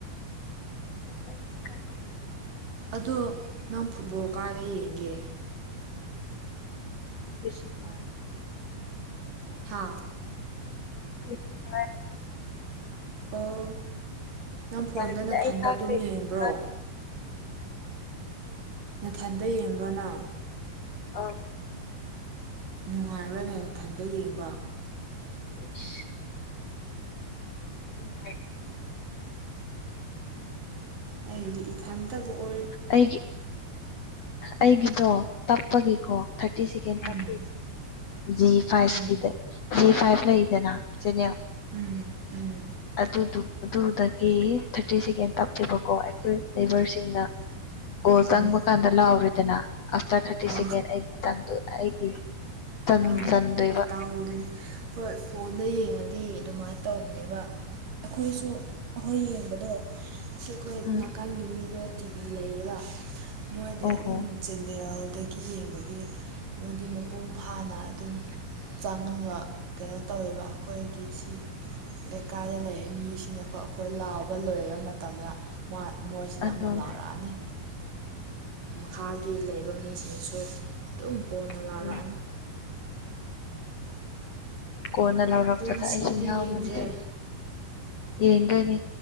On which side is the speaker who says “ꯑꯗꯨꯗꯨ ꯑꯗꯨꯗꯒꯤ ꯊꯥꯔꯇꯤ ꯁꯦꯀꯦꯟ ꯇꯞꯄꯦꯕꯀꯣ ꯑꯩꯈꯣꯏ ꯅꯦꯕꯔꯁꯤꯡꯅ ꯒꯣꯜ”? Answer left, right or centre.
Left